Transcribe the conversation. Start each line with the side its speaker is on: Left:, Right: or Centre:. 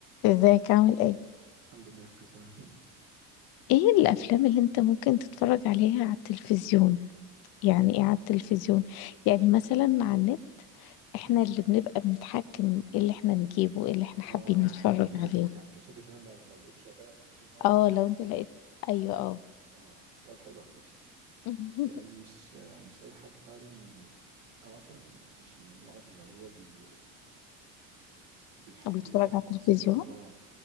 Left: ازيك عامل ايه
Right: الحمد لله كله تمام
Left: ايه الافلام اللي انت ممكن تتفرج عليها على التلفزيون يعني ايه على التلفزيون يعني مثلا على النت احنا
Right: مم.
Left: اللي بنبقى بنتحكم ايه اللي احنا نجيبه ايه اللي احنا حابين
Right: اه
Left: نتفرج
Right: اه يعني
Left: عليه
Right: يعني تقصد ان انا لو لقيته شغال على التلفزيون هقعد
Left: اه
Right: هقعد
Left: لو
Right: اكمله
Left: انت لقيت ايوه اه
Right: اه سؤال حلو على فكره
Left: <laughs>
Right: لان مش آه، مش اي حاجه فعلا انا اصلا من مش من النوع اللي هو بي بيحب
Left: بيتفرج
Right: يفتح
Left: على
Right: تلفزيون
Left: التلفزيون
Right: ويقعد اه